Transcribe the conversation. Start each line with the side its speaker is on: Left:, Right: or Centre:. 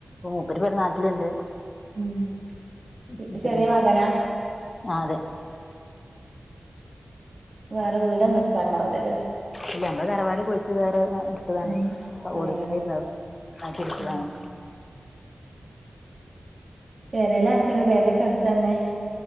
Left: മൂപ്പര്ഇവിടെ നാട്ടിലുണ്ട്
Right: ഉം ചെ-
Left: മൂപ്പരുണ്ട്
Right: ചെറിയ മകനാ
Left: ആ അതെ
Right: വേറെ വീടൊ ഒന്നും എടുക്കാൻ ഉണ്ടാവൂലെലേ
Left: ഇല്ല മ്മള് തറവാട് പൾച്ച് വേറെഅ ട്ത്തതാണ്
Right: ഉം ഏഹ്
Left: ഓട്പട്യേര്ന്നു
Right: അങ്ങനെ
Left: അഅ് ചെരിച്ചതാണ്
Right: ഉം പെരേലാരക്കെള്ളഅ് പെരക്കെ അട്ത്തന്നെ